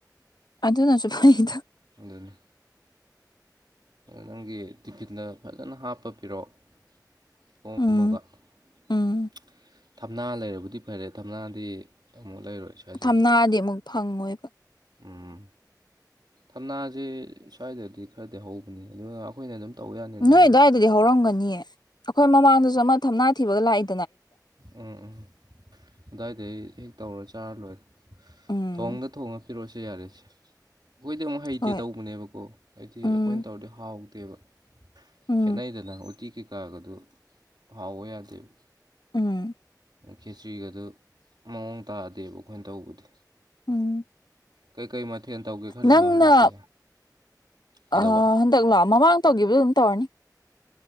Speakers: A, on the left (about 75°); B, on the right (about 85°).
A: ꯑꯗꯨꯅꯁꯨ ꯐꯅꯤꯗ
B: ꯑꯗꯨꯅꯤ ꯅꯪꯒꯤ ꯇꯤꯐꯤꯟꯗ ꯐꯖꯅ ꯍꯥꯞꯄ ꯄꯤꯔꯛꯑꯣ <unintelligible>
A: ꯎꯝ ꯎꯝ
B: ꯊꯝꯅꯥ ꯂꯩꯔꯕꯗꯤ ꯐꯔꯦ ꯊꯝꯅꯥꯗꯤ ꯑꯃꯨꯛ ꯂꯩꯔꯣꯏ ꯁ꯭ꯋꯥꯏꯗꯗꯤ
A: ꯊꯝꯅꯥꯗꯤ ꯑꯃꯨꯛ ꯐꯪꯉꯣꯏꯕ
B: ꯎꯝ ꯊꯝꯅꯥꯁꯦ ꯁ꯭ꯋꯥꯏꯗꯗꯤ ꯈꯔꯗꯤ ꯍꯧꯕꯅꯤ ꯑꯗꯨꯒ ꯑꯈꯣꯏꯅ ꯑꯗꯨꯝ ꯇꯧ ꯌꯥꯅꯤ ꯑꯗꯨꯒꯤꯕꯨꯗꯤ
A: ꯅꯣꯏ ꯑꯗꯨ꯭ꯋꯥꯏꯗꯗꯤ ꯍꯧꯔꯝꯒꯅꯤꯌꯦ ꯑꯈꯣꯏ ꯃꯃꯥꯡꯗꯁꯨ ꯑꯃ ꯊꯝꯅꯥ ꯊꯤꯕꯒ ꯂꯥꯛꯏ
B: ꯎꯝ ꯎꯝ ꯗꯥꯏꯗꯒꯤ ꯍꯦꯛ ꯇꯧꯔ ꯆꯥꯔ ꯂꯣꯏꯔ
A: ꯎꯝ
B: ꯊꯣꯡꯗ ꯊꯣꯡꯅ ꯄꯤꯔꯛꯑꯣꯁ ꯌꯥꯔꯁꯦ ꯑꯈꯣꯏꯗꯤ ꯑꯃꯨꯛ ꯍꯩꯇꯦ
A: ꯍꯣꯏ
B: ꯇꯧꯕꯅꯦꯕꯀꯣ ꯍꯥꯏꯗꯤ
A: ꯎꯝ
B: ꯑꯈꯣꯏꯅ ꯇꯧꯔꯗꯤ ꯍꯥꯎꯇꯦꯕ
A: ꯎꯝ
B: ꯈꯦꯠꯅꯩꯗꯅ ꯎꯇꯤ ꯀꯩꯀꯥꯒꯗꯨ ꯍꯥꯎꯑꯣ ꯌꯥꯗꯦꯕ
A: ꯎꯝ
B: ꯈꯦꯆ꯭ꯔꯤꯒꯗꯨ ꯃꯑꯣꯡ ꯇꯥꯗꯦꯕ ꯑꯈꯣꯏꯅ ꯇꯧꯕꯗꯤ
A: ꯎꯝ
B: ꯀꯩꯀꯩ ꯃꯊꯦꯜ ꯇꯧꯒꯦ ꯈꯜꯂꯤꯅꯣ
A: ꯅꯪꯅ
B: ꯍꯟꯗꯛꯇꯤ ꯀꯩꯗꯧꯕ
A: ꯑꯥ ꯍꯟꯗꯛ ꯂꯣ ꯃꯃꯥꯡ ꯇꯧꯈꯤꯕꯗꯨ ꯑꯗꯨꯝ ꯇꯧꯔꯅꯤ